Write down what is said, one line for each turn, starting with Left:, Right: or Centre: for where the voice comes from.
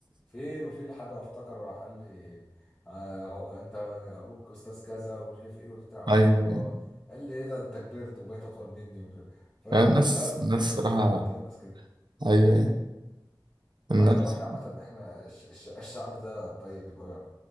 Left: فين وفين لحد ما افتكر راح قال لي آه هو انت ابوك استاذ كذا ومش عارف ايه وبتاع قلت
Right: ايوه
Left: له اه
Right: ايوه
Left: قال لي ايه ده انت كبرت وبقيت اطول مني ومش عارف فاهم
Right: يعني الناس
Left: فبتتبسط
Right: الناس صراحة
Left: ساعتها لما بتلاقي الناس كده
Right: ايوه ايوه الناس
Left: واحنا واحنا عامه احنا الش- الش- الشعب ده طيب قوي يعني